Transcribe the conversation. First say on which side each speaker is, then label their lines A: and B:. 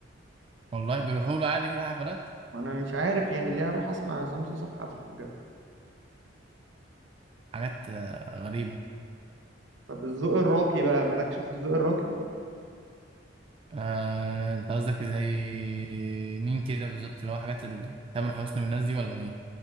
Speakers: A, on the right (about 30°); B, on the right (about 70°).
A: والله بيروحوا له عادي كده حفلات
B: وانا مش عارف يعني ليه اروح اسمع عصام صاصا في حفله بجد
A: حاجات آه، غريبه
B: طب الذوق الراقي بقى مالكش في الذوق الراقي
A: آه، انت قصدك زي مين كده بالظبط اللي هو حاجات ال- تامر حسني والناس دي ولا مين